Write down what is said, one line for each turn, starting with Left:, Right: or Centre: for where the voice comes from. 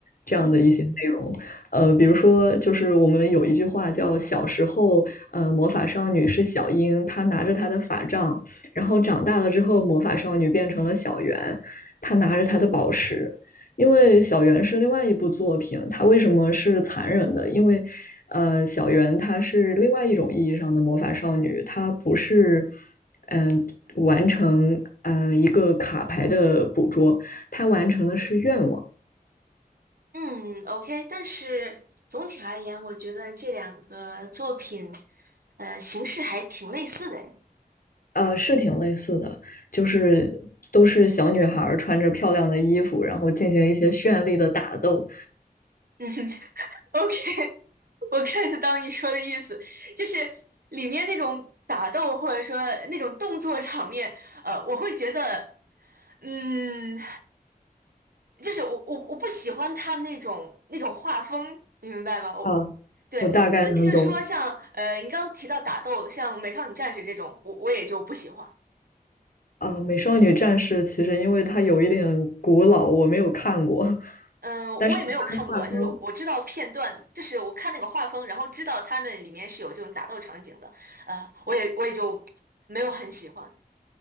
Left: 这样的一些内容。
Right: 嗯
Left: 呃，比如说就是我们有一句话叫“小时候，呃，魔法少女是小樱，她拿着她的法杖，然后长大了之后，魔法少女变成了小圆，她拿着她的宝石。”因为小圆是另外一部作品，它为什么是残忍的？因为，呃，小圆她是另外一种意义上的魔法少女，她不是，嗯、呃完成嗯、呃一个卡牌的捕捉，她完成的是愿望，
Right: 嗯，OK。但是总体而言，我觉得这两个作品，呃，形式还挺类似的 <laughs> 诶。
Left: 呃，是挺类似的，就是都是小女孩穿着漂亮的衣服，然后进行一些绚丽的打斗，
Right: 嗯 <laughs>，OK，我 get 到你说的意思，就是里面那种打斗或者说那种动作场面，呃，我会觉得，嗯。就是我我我不喜欢他那种那种画风，你明白吗？我我对，
Left: 啊，我大概能懂
Right: 所以就是说像呃，你刚刚提到打斗，像《美少女战士》这种，我我也就不喜欢。
Left: 啊，美少女战士》其实因为它有一点古老，我没有看过，
Right: 嗯，
Left: 但是它的画风，
Right: 我也没有看过，就是我知道片段，就是我看那个画风，然后知道他们里面是有这种打斗场景的，呃，我也我也就没有很喜欢。